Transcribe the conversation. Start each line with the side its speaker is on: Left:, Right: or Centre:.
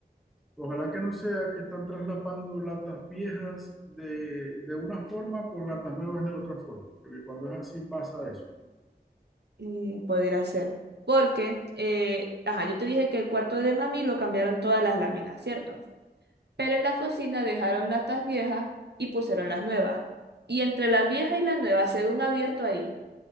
Centre: Ojalá que no sea que están traslapando latas viejas de, de una forma con latas nuevas de otra forma, porque cuando es así pasa eso.
Right: Y poder hacer Porque, eh, ajá, yo te dije que el cuarto de mami lo cambiaron todas las láminas, ¿cierto? Pero en la cocina dejaron latas viejas y pusieron las nuevas. Y entre la vieja y la nueva se ve un abierto ahí.